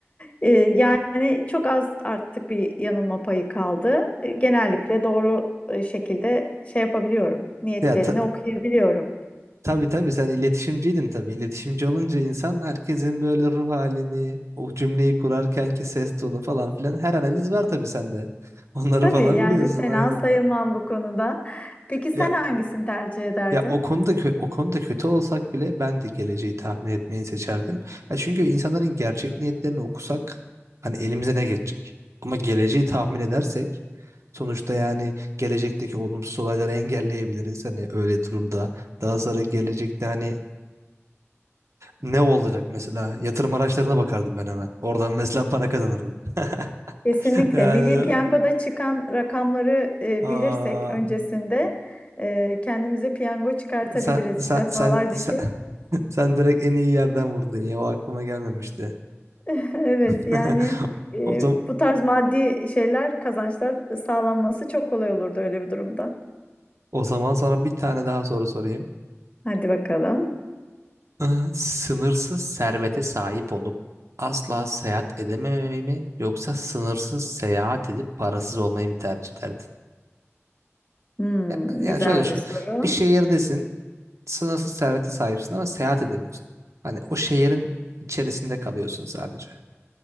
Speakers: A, on the left; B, on the right.
A: Ee, yani çok az artık bir yanılma payı kaldı. Ee, genellikle doğru e, şekilde şey yapabiliyorum, niyetlerini
B: ya ta,
A: okuyabiliyorum.
B: tabii tabii sen iletişimciydin tabii. İletişimci olunca insan herkesin böyle ruh halini, o cümleyi kurarkenki ses tonu falan filan her analiz var tabii sende. <laughs> Onları
A: Tabii
B: falan
A: yani
B: biliyorsun
A: fena
B: aynen.
A: sayılmam bu konuda. Peki sen
B: Ya
A: hangisini tercih ederdin?
B: Ya o konuda kö- o konuda kötü olsak bile ben de geleceği tahmin etmeyi seçerdim. Ya çünkü insanların gerçek niyetlerini okusak hani elimize ne geçecek? Ama geleceği tahmin edersek sonuçta yani gelecekteki olumsuz olayları engelleyebiliriz. Hani öyle durumda daha sonra gelecekte hani ne olacak mesela yatırım araçlarına bakardım ben hemen. Oradan mesela para kazanırdım. <laughs>
A: Kesinlikle.
B: Yani
A: Milli Piyango'da çıkan rakamları e,
B: aa,
A: bilirsek öncesinde e, kendimize piyango çıkartabiliriz
B: sen sen
A: defalarca
B: sen sen,
A: ki.
B: <laughs> sen direkt en iyi yerden vurdun ya o aklıma gelmemişti.
A: <laughs> Evet
B: <laughs>
A: yani e,
B: O zaman,
A: bu tarz maddi şeyler, kazançlar sağlanması çok kolay olurdu öyle bir durumda.
B: o zaman sana bir tane daha soru sorayım.
A: Hadi bakalım.
B: Ee, Sınırsız servete sahip olup asla seyahat edememeyi mi yoksa sınırsız seyahat edip parasız olmayı mı tercih ederdin?
A: Hmm,
B: Ya- Yani
A: güzel
B: şöyle düşün.
A: bir soru.
B: Bir şehirdesin, sınırsız servete sahipsin ama seyahat edemiyorsun. Hani o şehrin içerisinde kalıyorsun sadece.